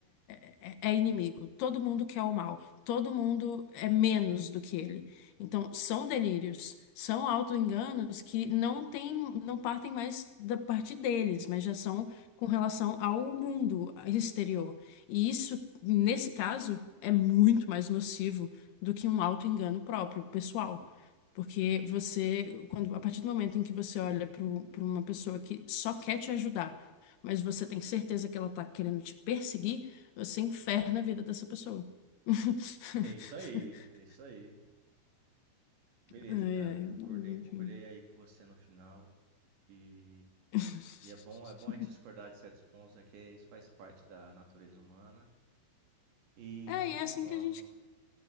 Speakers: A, on the left; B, on the right.
A: é, é, é é é inimigo, todo mundo quer o mal todo mundo é menos do que ele. Então, são delírios, são autoenganos que não tem, não partem mais da parte deles, mas já são com relação ao mundo exterior. E isso, nesse caso, é muito mais nocivo do que um autoengano próprio, pessoal. Porque você, quando, a partir do momento em que você olha para uma pessoa que só quer te ajudar, mas você tem certeza que ela está querendo te perseguir, você inferna a vida dessa pessoa. <laughs>
B: É isso aí, é isso aí. Beleza,
A: Ai,
B: cara.
A: ai,
B: Concordei,
A: mas enfim.
B: concordei aí com você no final. E,
A: <laughs>
B: e é bom, é bom a gente discordar de certos pontos, né? Que é, isso faz parte da natureza humana. E
A: É,
B: vamos
A: e é
B: que
A: assim
B: vamos.
A: que a gente.